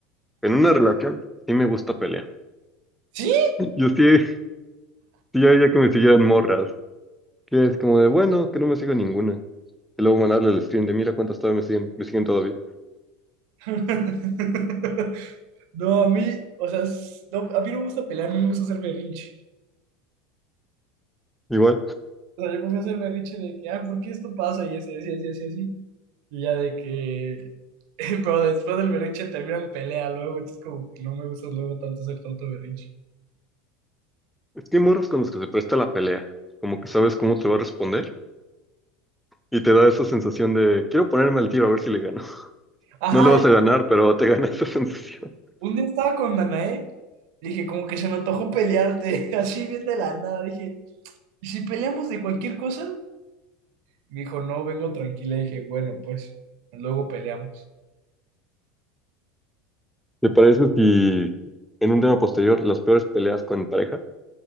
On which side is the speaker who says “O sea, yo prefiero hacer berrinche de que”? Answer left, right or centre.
Right